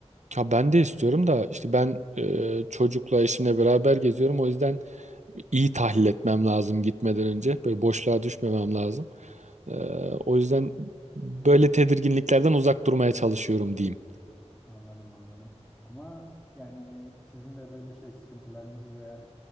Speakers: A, on the right; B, in the centre.
A: Ya ben de istiyorum da işte ben e, çocukla eşimle beraber geziyorum. O yüzden iyi tahlil etmem lazım gitmeden önce. Böyle boşluğa
B: Hmm.
A: düşmemem lazım. Ee, o yüzden böyle tedirginliklerden uzak durmaya çalışıyorum diyeyim.
B: Anladım anladım. Ama yani sizin de böyle şey sıkıntılarınızı ve